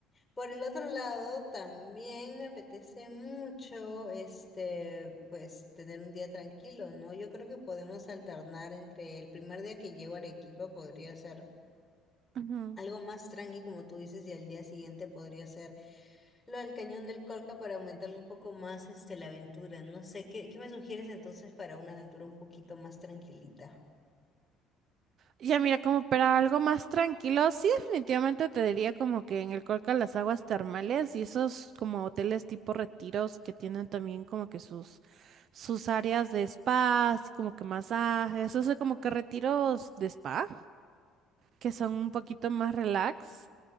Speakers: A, on the left; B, on the right.
A: Por el otro lado, también me apetece mucho, este, pues, tener un día tranquilo, ¿no? Yo creo que podemos alternar entre el primer día que llego a Arequipa podría ser
B: Ujú.
A: algo más tranqui, como tú dices, y al día siguiente podría ser lo del Cañón del Colca para aumentarle un poco más, este, la aventura. No sé, ¿qué, qué me sugieres entonces para una aventura un poquito más tranquilita?
B: Ya mira, como para algo más tranquilo, sí definitivamente te diría como que en el Colca las aguas termales y esos como hoteles tipo retiros que tienen también como que sus, sus áreas de spa, así como que masajes, o sea, como que retiros de spa, que son un poquito más relax.